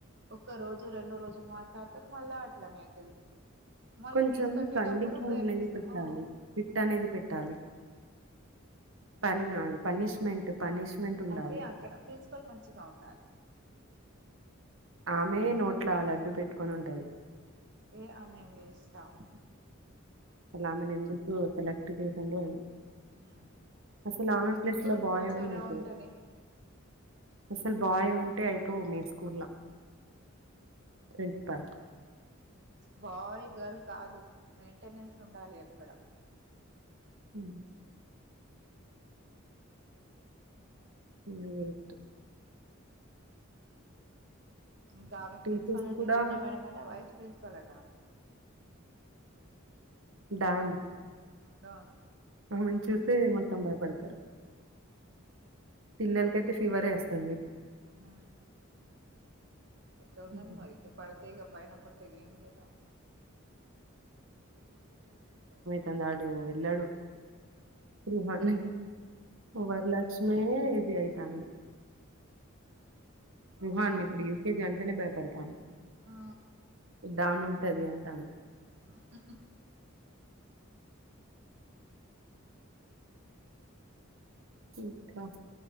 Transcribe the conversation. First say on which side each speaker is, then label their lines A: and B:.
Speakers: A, on the right; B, on the right.
A: ఒక్క రోజు రెండో రోజులు మాట్ ఇట్ల అంటరు మళ్ళ అట్లానే అయితది మళ్ళా
B: కొంచెం
A: ఫీజు కట్టేటప్పుడు
B: కండిషన్
A: పేరెంట్స్
B: అనేది పెట్టాలి
A: ఆ
B: ఫిట్ అనేది పెట్టాలి పర్నాలి పనిష్మెంట్ పనిష్మెంట్ ఉండాలి
A: అయితే అక్కడ ప్రిన్సిపల్ మంచిగా ఉండాలి
B: ఆమె నో నోట్లా లడ్డూ పెట్టుకొని ఉంటది
A: ఏ ఆమె వేస్ట్ ఆమె
B: అసలు ఆమెను ఎందుకు సెలెక్ట్ చేసిండో ఏమో
A: ఉ
B: అసలు ఆమె
A: ఎప్పుడు
B: ప్లేస్ లో బాయ్
A: కూర్చొనే
B: ఉన్న అయిపోవు
A: ఉంటది
B: అసలు బాయ్ ఉంటే అయిపోవు మీ స్కూల్ ల ప్రిన్సిపాల్
A: బాయ్ గర్ల్ కాదు మెయింటెనెన్స్ ఉండాలి అక్కడ
B: ఉ ఈమె వేస్ట్
A: ఇంకామె ప్రిన్సిపాల్
B: టీచర్స్
A: అంటే
B: కూడా
A: లుగ్న మేడం అట వైస్ ప్రిన్ ప్రిన్సిపాల్ అట ఆమె
B: డాన్
A: డాన్
B: ఆమెను చూస్తే మొత్తం భయపడతరు పిల్లలుకైతే ఫీవరే అస్తుంది
A: ఉ ఎట్ట ఉన్నది
B: ఉహు
A: మరి పడతే ఇగ పైన పడు ఇగ ఏమీలేదు ఆమె
B: తందాడు డు వెళ్లాడు రుహాన్ని వరలక్ష్మి ఇది అయితాంది రుహాన్ని
A: అవును
B: ఇప్పుడు యూకేజీ అంటేనే భయపడతాండు
A: ఆ
B: డాన్ ఉంటది అని
A: హూ హూ
B: ఇంకా